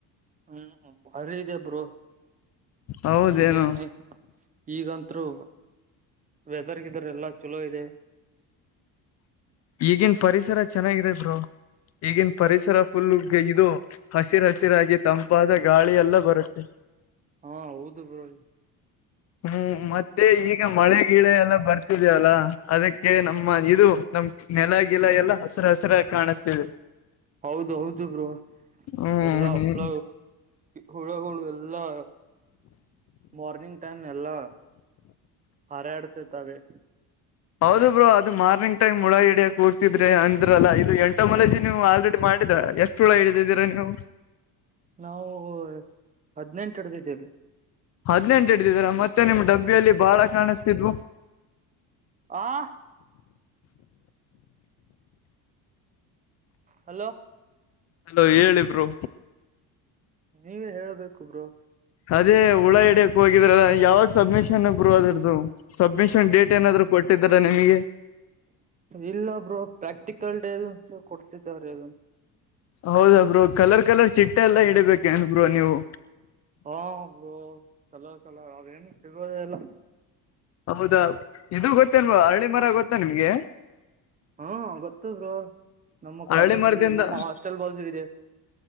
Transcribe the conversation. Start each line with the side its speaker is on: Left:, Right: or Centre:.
Right: ಹ್ಮ್ ಬಾರಿ ಇದೆ ಬ್ರೋ.
Left: ಹೌದೇನು
Right: ಈಗೇನ್ ನೈಸ್ ಈಗಂತ್ರು ವೆದರ್ ಗಿದರ್ ಎಲ್ಲಾ ಚಲೋ ಇದೆ.
Left: ಈಗಿನ್ ಪರಿಸರ ಚೆನ್ನಾಗಿದೆ ಬ್ರೋ. ಈಗಿನ ಪರಿಸರ ಫುಲ್ ಇದು ಹಸಿರು ಹಸಿರಾಗಿ ತಂಪಾದ ಗಾಳಿ ಎಲ್ಲ ಬರುತ್ತೆ.
Right: ಹಾ ಹೌದು ಬ್ರೋ.
Left: ಹ್ಮ್ ಮತ್ತೆ ಈಗ ಮಳೆ ಗೀಳೆ ಎಲ್ಲ ಬರ್ತಿದೆಯಲ್ಲಾ ಅದಕ್ಕೆ ನಮ್ಮ ಇದು ನಮ್ ನೆಲ ಗಿಲ ಎಲ್ಲಾ ಹಸಿರು ಹಸಿರಾಗಿ ಕಾಣಿಸ್ತಿದೆ.
Right: ಹೌದೌದು ಬ್ರೋ
Left: ಹ್ಮ್
Right: ಎಲ್ಲಾ
Left: ಹ್ಮ್
Right: ಹುಳ ಹುಳಗಳು ಎಲ್ಲಾ. ಮಾರ್ನಿಂಗ್ ಟೈಮ್ ಎಲ್ಲ ಹಾರಾಡ್ತಿರ್ತವೆ.
Left: ಹೌದು ಬ್ರೋ ಅದು ಮಾರ್ನಿಂಗ್ ಟೈಮ್ ಒಳಹಿಡಿಯಕ್ ಹೋಗಿ. ತಿದ್ರೆ ಅಂದ್ರಲ್ಲ ಇದು ಎಂಟೋ ಮಲಜಿ ನೀವು ಆಲ್ರೆಡಿ ಮಾಡಿದ್ರ ಎಷ್ಟು ಹುಳ ಹಿಡಿದಿದ್ದೀರಾ ನೀವು.
Right: ನಾವು ಹದ್ನೆಂಟು ಹಿಡಿದಿದ್ದೀವಿ.
Left: ಹದಿನೆಂಟು ಹಿಡಿದಿದ್ದೀರಾ ಮತ್ತೆ ನಿಮ್ ಡಬ್ಬಿಯಲ್ಲಿ ಬಾಳ ಕಾಣಿಸ್ತಿದ್ವು.
Right: ಆ ಹಲೋ
Left: ಹಲೋ ಹೇಳಿಬ್ರೋ.
Right: ನೀವೇ ಹೇಳಬೇಕು ಬ್ರೋ.
Left: ಅದೇ ಹುಳ ಹಿಡಿಯೋಕ್ ಹೋಗಿದ್ರಲ್ಲ ಯಾವಾಗ ಸಬ್ಮಿಷ್ ನನ್ನ ಗುರುವ ದೊಡ್ದು ಸಬ್ಮಿಷನ್ ಡೇಟ್ ಏನಾದ್ರು ಕೊಟ್ಟಿದ್ದರಾ ನಿಮಗೆ.
Right: ಇಲ್ಲಬ್ರೋ ಪ್ರಾಕ್ಟಿಕಲ್ ಡೇ ಇನ್ಸು ಕೊಡ್ತಿದ್ದಾರೆ.
Left: ಹೌದ ಬ್ರೋ ಕಲರ್ ಕಲರ್ ಚಿಟ್ಟೆ ಎಲ್ಲ ಹಿಡಿಬೇಕೆನ್ ಬ್ರೋ ನೀವು.
Right: ಹ ಬ್ರೋ ಕಲರ್ ಕಲರ್ ಅವೇನು ಸಿಗೋದೆ ಇಲ್ಲ.
Left: ಅಬುದಾಬ್ ಇದು ಗೊತ್ತಿಲ್ವಾ ಹಳ್ಳಿ ಮರ ಗೊತ್ತಾ ನಿಮ್ಗೆ.
Right: ಹ್ಮ ಗೊತ್ತು ಬ್ರೋ ನಮ್ಮ ಕಾಲೇಜ್
Left: ಅರಳಿ ಮರದಿಂದ
Right: ಬಲ್ಲಿ ನಮ್ಮ ಹಾಸ್ಟೆಲ್ ಬಾಜು ಇದೆ.